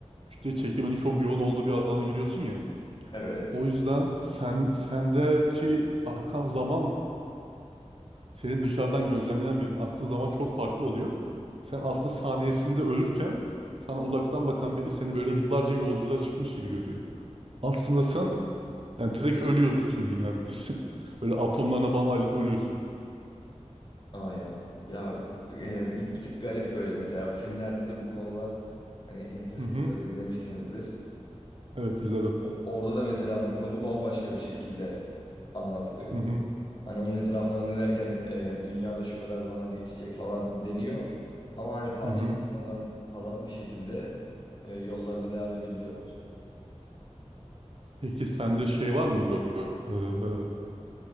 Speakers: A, on the right (about 55°); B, on the left (about 40°).
A: kütle çekiminin çok yoğun olduğu bir alana giriyorsun ya.
B: evet.
A: O yüzden sen sendeki akan zamanla senin dışarıdan gözlemleyen birinin aktığı zaman çok farklı oluyor. Sen aslında saniyesinde ölürken sana uzaktan bakan biri seni böyle yıllarca yolculuğa çıkmış gibi görüyor. Aslında sen yani direkt ölüyorsun diyeyim neredeyse. <laughs> Böyle atomlarına falan ayrılıp ölüyorsun.
B: Aynen. Ya e, bir, bir tık garip böyle mesela filmlerde de bu konular hani Interstellar
A: Hı hı.
B: izlemişsinizdir.
A: Evet izledim.
B: Orada da mesela bu konu bambaşka bir şekilde anlatılıyor.
A: Hı hı.
B: Hani onun etrafına dönerken e, dünyada şu kadar zaman geçecek falan deniyor. Ama hani parçalanmadan
A: Hı hı.
B: falan bir şekilde e, yollarına devam edebiliyorlar.
A: Peki sende şey var mı böyle? e,